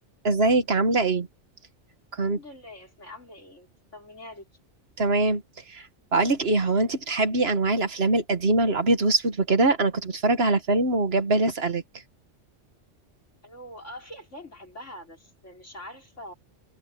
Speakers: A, on the right (about 55°); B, on the left (about 75°).
A: ازيك عاملة ايه؟ كنت
B: الحمد لله يا اسماء عامله ايه انت طمني عليكي
A: تمام بقولك ايه هو انتي بتحبي انواع الافلام القديمة الابيض واسود وكده انا كنت بتفرج على فيلم وجاب بالي اسألك
B: الو اه في افلام بحبها بس مش عارفه